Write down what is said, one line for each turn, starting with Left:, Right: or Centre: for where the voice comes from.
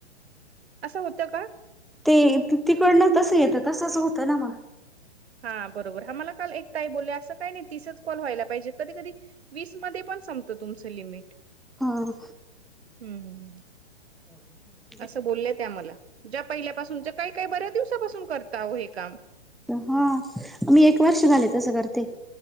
Right: असं होतं का?
Centre: ते तिकडन तसं येतं तसंच होतं ना मग.
Right: हा बरोबर, हा मला काल एक ताई बोलल्या असं काही नाही तिसच कॉल व्हायला पाहिजे कधी कधी वीस मध्ये पण संपतो तुमचं लिमिट.
Centre: हां.
Right: हम्मम.
Centre: हो <inaudible>
Right: असं बोललंय त्या मला, ज्या पहिल्यापासूनच काही काही बऱ्याच दिवसापासून करताहो हे काम.
Centre: हो, मी एक वर्ष झाले तसं करते.